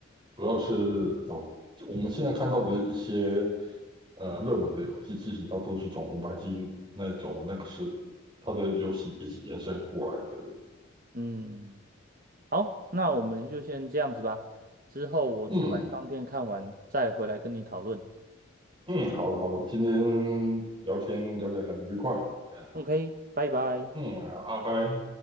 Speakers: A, on the right; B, on the right.
A: 主要是找我们现在看到的一些呃热门的游戏，其实它都是从红白机那种那个是它的游戏一直延伸过来的。
B: 嗯。好，那我们就先这样子吧。之后我去完商店看完，
A: 嗯
B: 再回来跟你讨论。
A: 嗯，好的好的，今天聊天聊得很愉快，嗯
B: OK，拜拜。
A: 嗯，好，拜拜。